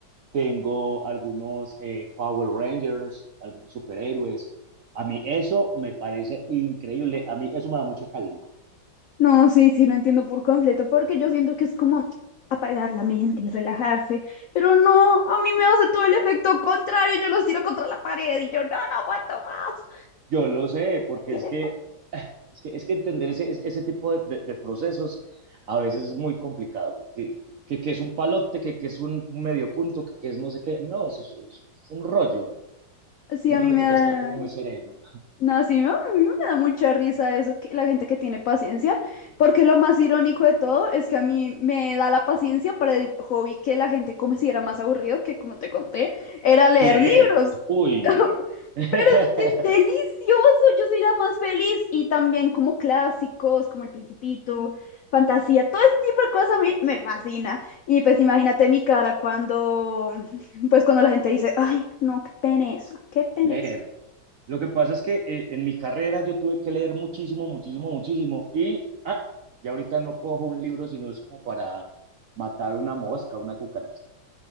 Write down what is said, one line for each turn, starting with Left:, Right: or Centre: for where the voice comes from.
Right: tengo algunos eh, Power Rangers, algunos superhéroes. A mí eso me parece increíble, a mí eso me da mucha calma.
Left: No, sí, sí, lo entiendo por completo, porque yo siento que es como apagar la mente y relajarse, pero no, a mí me hace todo el efecto contrario, yo los tiro contra la pared y yo no, no aguanto más,
Right: Yo lo sé, porque
Left: ¿quieren
Right: es que,
Left: paz?
Right: <sighs> es que, es que entender ese, ese tipo de, de- de procesos a veces es muy complicado, porque que, que es un palote, que, que es un medio punto, que, que es no sé qué, no, eso es, es un rollo,
Left: Sí,
Right: y
Left: a
Right: uno
Left: mí
Right: le
Left: me
Right: toca
Left: da,
Right: estar como muy sereno.
Left: No, sí, me- a mí me da mucha risa eso, que la gente que tiene paciencia, porque lo más irónico de todo es que a mí me da la paciencia para el hobby que la gente considera más aburrido, que como te conté, era leer
Right: Leer,
Left: libros.
Right: uy,
Left: <laughs>
Right: no.
Left: Pero
Right: <laughs>
Left: es que es delicioso, yo soy la más feliz. Y también como clásicos, como El Principito, Fantasía, todo ese tipo de cosas a mí me fascina. Y pues imagínate mi cara cuando, <laughs> pues cuando la gente dice, ay, no, qué pereza, qué pereza.
Right: Leer. Lo que pasa es que eh, en mi carrera yo tuve que leer muchísimo, muchísimo, muchísimo, y ah, ya ahorita no cojo un libro, sino es como para matar una mosca, una cucaracha.